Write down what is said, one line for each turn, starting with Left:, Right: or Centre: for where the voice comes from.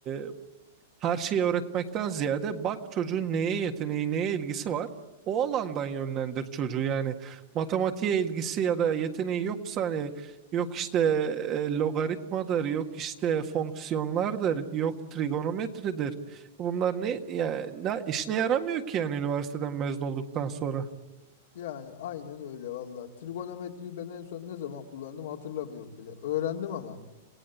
Right: e, her şeyi öğretmekten ziyade bak çocuğun neye yeteneği, neye ilgisi var. O alandan yönlendir çocuğu yani matematiğe ilgisi ya da yeteneği yoksa hani yok işte e, logaritmadır, yok işte fonksiyonlardır, yok trigonometridir. Bunlar ne, ya, ne işine yaramıyor ki yani üniversiteden mezun olduktan sonra.
Left: Yani aynen öyle valla. Trigonometriyi ben en son ne zaman kullandım hatırlamıyorum bile. Öğrendim ama